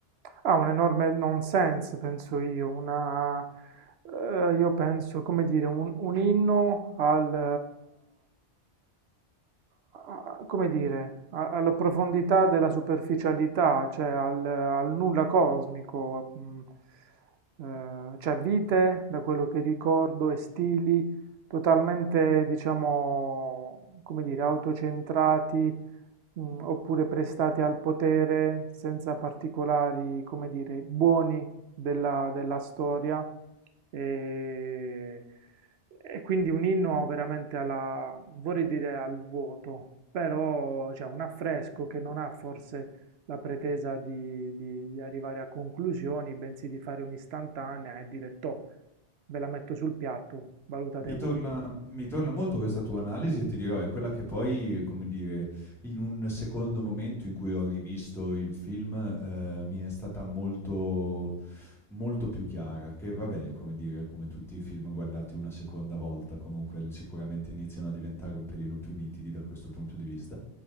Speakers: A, on the right; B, in the centre.
A: Ha un enorme nonsense, penso io, una, eh, io penso, come dire, un, un inno al, eh, a- come dire, a- alla profondità della superficialità, cioè al, al nulla cosmico, mm, eh, cioè vite, da quello che ricordo, e stili totalmente, diciamo, come dire, autocentrati mh, oppure prestati al potere senza particolari, come dire, buoni della, della storia. E, e quindi un inno veramente alla, non vorrei dire al vuoto, però cioè, un affresco che non ha forse la pretesa di, di- di arrivare a conclusioni, bensì di fare un'istantanea e dire, toh, ve la metto sul piatto, valutate
B: Mi
A: voi.
B: torna mi torna molto questa tua analisi e ti dirò, è quella che poi, come dire, in un secondo momento in cui ho rivisto il film, ehm, mi è stata molto molto più chiara, che vabbè, come dire, come tutti i film guardati una seconda volta, comunque l sicuramente iniziano a diventare un pelino più nitidi da questo punto di vista.